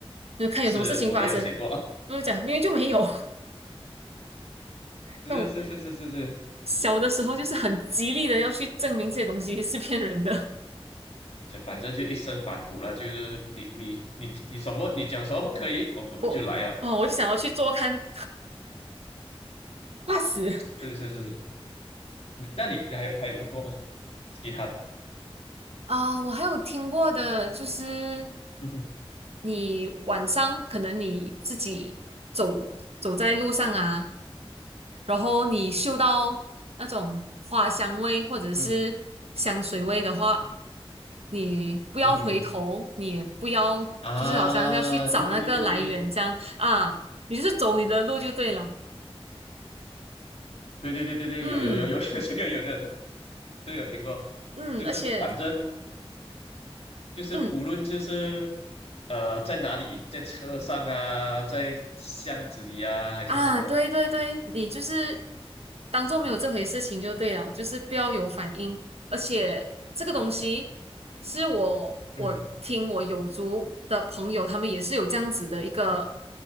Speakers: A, on the right; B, on the left.
A: 就看有什么事情发生，
B: 是我也有写过，
A: 我就讲明明就没有
B: <laughs> 是是是是是是，
A: <laughs> 那种小的时候就是很极力的要去证明这些东西是骗人的，
B: 这反正就一身反骨了。就是你你你你什么你讲什么不可以，我我们就来啊。
A: 我哦我就想要去做看，<laughs> 怕死。
B: 是是是是，那你还有还有听过吗？其他的，
A: 啊，我还有听过的，就是
B: 嗯哼
A: 你晚上可能你自己走走在路上啊，然后你嗅到那种花香味或者是香水味的话，
B: 嗯
A: 你不要回头，
B: 嗯哼嗯
A: 你也不要就是好像要去找那个来源这样啊，
B: 啊，对对对对对对
A: 你就是走你的路就对了。
B: 对对对对对，
A: 嗯
B: 有有有有 <laughs> 这个有的，这个有听过，
A: 嗯，
B: 就是反正。
A: 而且
B: 就是无论就是
A: 嗯，
B: 呃在哪里，在车上啊，在巷子里啊，还是什么，
A: 啊，对对对，你就是当做没有这回事情就对了，就是不要有反应。而且这个东西是我我听我友族的朋友，
B: 嗯哼
A: 他们也是有这样子的一个